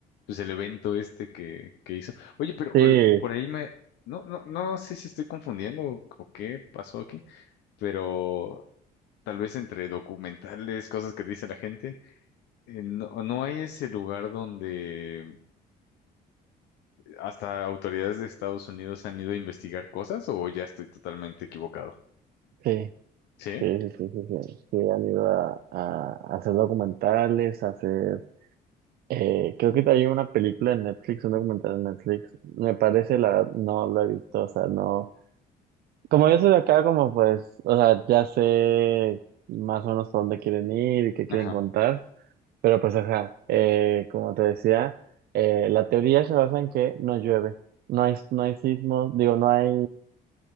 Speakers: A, on the left (about 85°); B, on the right (about 65°).
A: pues el evento este que, que hizo. Oye, pero,
B: Sí,
A: pero por ahí me, no, no, no sé si estoy confundiendo o qué pasó aquí, pero tal vez entre documentales, cosas que dice la gente, eh, no, no hay ese lugar donde hasta autoridades de Estados Unidos han ido a investigar cosas o ya estoy totalmente equivocado.
B: sí,
A: ¿Sí?
B: sí, sí, sí, sí, sí. Sí, han ido a, a- a hacer documentales, a hacer... eh, creo que hay una película en Netflix, un documental en Netflix. Me parece, la verdad, no lo he visto, o sea, no... Como yo soy de acá, como pues, o sea, ya sé más o menos por dónde quieren ir y qué quieren
A: Ajá.
B: contar. Pero pues ajá, eh, como te decía, eh, la teoría se basa en que no llueve. No hay, no hay sismos, digo, no hay,